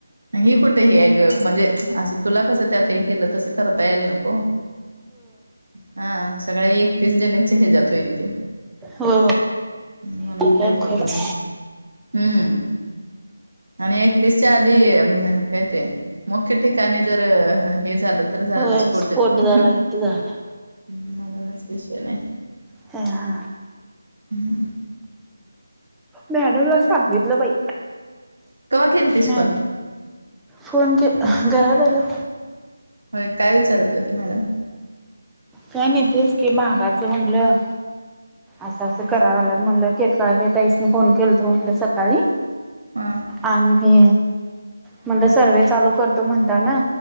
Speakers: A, on the right; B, in the centre.
A: ह कुठे हे ग म्हणजे असं तुला कसं त्यात हे केलं तस करता याल नको हा सगळ्या एक तेच जण्याचे हजात होईल ते
B: हो
A: म्हणून
B: ते
A: काय बोललो
B: खत
A: नाही हम्म आणि एकतीस च्या आधी काय ते मुख्य ठिकाणी जर हे झाल तर झालं
B: होय
A: स्फोटीत
B: स्पोट
A: मग
B: झाला कि झाला
A: म्हणूनच विषय नाही
B: <unintelligible>
A: हम्
B: मॅडमला सांगितलं बाई
A: कवा केलतीस
B: ह
A: फोन
B: फोन के घरात अलो
A: होय काय विचारत होती मॅडम
B: काय नाही तेच की महागाच म्हटलं असं असं करा
A: हां
B: लागल्यात म्हटलं केत काळ के तईस नो फोन केलतो म्हटलं सकाळी
A: हां
B: आणि म्हणलं सर्व्हे चालू करतो म्हणता ना,